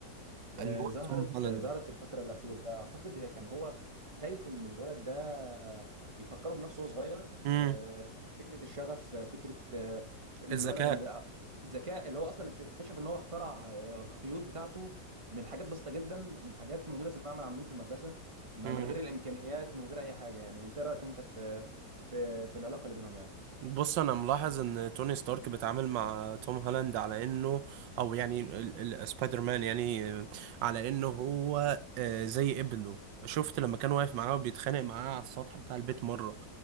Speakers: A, on the right; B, on the right.
A: آه،
B: اللي هو
A: ظهرت
B: توم هولاند
A: آه، ظهرت الفترة الأخيرة أعتقد هي كان هو خايف إن الولد ده آه، بيفكره بنفسه وهو صغير
B: امم
A: آه، فك- فكرة الشغف آه، فكرة آه، الولد
B: الذكاء
A: اللي آه، الذكاء اللي هو أصلا اكتشف إن هو اخترع آه، الخيوط بتاعته من حاجات بسيطة جدا من حاجات موجودة في المعمل عندهم في المدرسة ما
B: امم
A: من غير الإمكانيات من غير أي حاجة يعني أنت رأيك أنت في في في العلاقة اللي بينهم
B: بص انا ملاحظ ان توني ستارك بيتعامل مع توم هولاند على انه او يعني ال- ال- سبايدر مان يعني آه، على انه هو آه، زي ابنه شفت لما كان واقف معاه وبيتخانق معاه على السطح بتاع البيت مرة